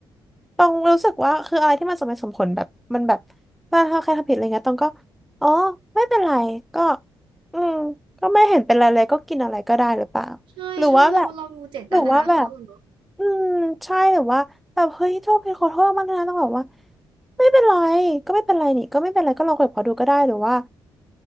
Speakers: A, in the centre; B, on the right.
A: ตองรู้สึกว่าคืออะไรที่มันสมเหตุสมผลแบบมันแบบว่าถ้าใครทำผิดอะไรเงี้ยตองก็อ๋อไม่เป็นไรก็อืมก็ไม่เห็นเป็นไรเลยก็กินอะไรก็ได้หรือเปล่า
B: ๆใช่ใช่เราเราดูเจตนาเขาอะเนอะ
A: หรือว่าแบบหรือว่าแบบอืมใช่หรือว่าแบบเฮ้ยโทษเป็นขอโทษมากนะต้องบอกว่าไม่เป็นไรก็ไม่เป็นไรนี่ก็ไม่เป็นไรก็ลองคุยกับเขาดูก็ได้หรือว่า